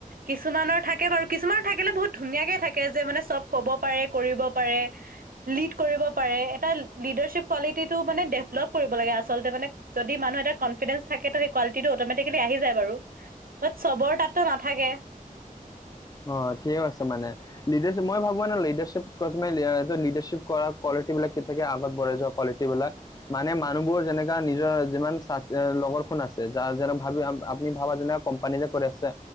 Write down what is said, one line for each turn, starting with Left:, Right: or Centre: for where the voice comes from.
Right: কিছুমানৰ থাকে বাৰু। কিছুমানৰ থাকিলে বহুত ধুনীয়াকে থাকে, যে মানে চব ক'ব পাৰে, কৰিব পাৰে। লিড কৰিব পাৰে। এটা লিডাৰশ্বিপ কোৱালিটিটো মানে ডেভলপ কৰিব লাগে আচলতে মানে যদি মানুহ এটা কফিডেন্ঞ্চ থাকে, তো সেই কোৱালটটো অ'টোমেটিকেলি আহি যায় বাৰু। বাট চবৰ তাতো নাথাকে।
Left: অ', ঠিকে আছে মানে লিডাৰশ্বিপ মই ভাবোঁ মানে লডাৰশ্বি প্ৰথম এই লডাৰশ্বপ কৰা কোৱালিটি বিলাক কি থাকে আগত বঢ়াই যোৱা কোৱালিটি এইবিলাক। মানে মানুহবোৰ যেনেকা নিজৰ যিমান চা লগৰখন আছে যাৰ যেনে ভাবি আপ আপনি ভাবা যেনেকা কম কোম্পানী যে কৰি আছে।